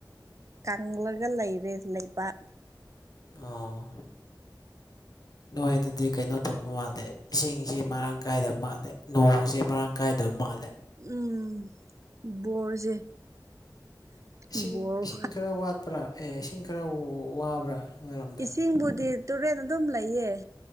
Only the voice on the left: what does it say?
ꯑꯥ ꯅꯣꯏꯗꯗꯤ ꯀꯩꯅꯣ ꯇꯧꯕ ꯃꯥꯜꯂꯦ ꯏꯁꯤꯡꯁꯤ ꯃꯔꯥꯡ ꯀꯥꯏꯗ ꯃꯥꯜꯂꯦ ꯅꯣꯡꯁꯤ ꯃꯔꯥꯡ ꯀꯥꯏꯗ ꯃꯥꯜꯂꯦ
ꯏꯁꯤꯡ
ꯏꯁꯤꯡ ꯈꯔ ꯋꯥꯠꯄ꯭ꯔꯥ ꯑꯦ ꯏꯁꯤꯡ ꯈꯔ ꯋꯥꯕ꯭ꯔꯥ ꯅꯣꯏꯔꯣꯝꯗ